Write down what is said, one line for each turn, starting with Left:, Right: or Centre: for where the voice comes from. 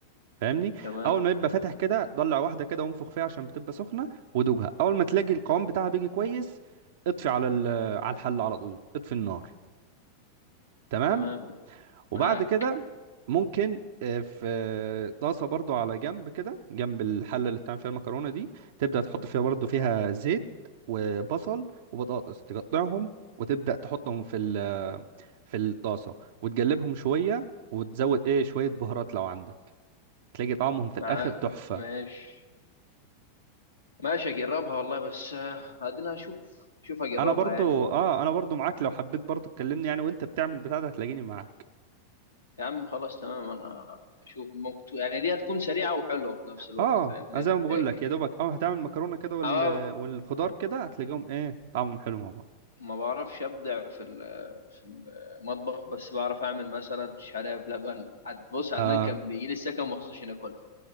Right: فاهمني
Left: تمام
Right: اول ما يبقى فاتح كده ضلع واحده كده وانفخ فيها عشان بتبقى سخنه ودوقها اول ما تلاقي القوام بتاعها بيجي كويس اطفي على ال- على الحل على طول اطفي النار تمام
Left: تمام
Right: وبعد
Left: معاك
Right: كده ممكن آه، في آه، طاسه برضو على جنب كده جنب الحله اللي بتعمل فيها المكرونه دي تبدا تحط فيها برضو فيها زيت وبصل وبطاطس تقطعهم وتبدا تحطهم في ال- في الطاسه وتقلبهم شويه وتزود ايه شويه بهارات لو عندك تلاقي طعمهم في الاخر
Left: معاك
Right: تحفه
Left: ماشي ماشي اجربها والله بس آه، ادنى اشوف شوف اجربها
Right: انا برضو
Left: يعني
Right: اه انا برضو معاك لو حبيت برضو تكلمني يعني وانت بتعمل بتاع ده هتلاقيني معاك
Left: يا عم خلاص تمام انا اشوف ممكن تو- يعني دي هتكون سريعة وحلوة في نفس الوقت
Right: اه
Left: فاهم انها
Right: انا زي
Left: تتاكل
Right: ما بقول لك يا
Left: يعني
Right: دوبك اه هتعمل مكرونه كده وال...
Left: انا
Right: والخضار كده هتلاقيهم ايه طعمهم حلو مع بعض
Left: ما بعرفش ابدع في ال- في المطبخ بس بعرف اعمل مثلا شعريه بلبن عد- بص عدنان
Right: اه
Left: كان بيجي لي السكن مخصوص عشان ياكلها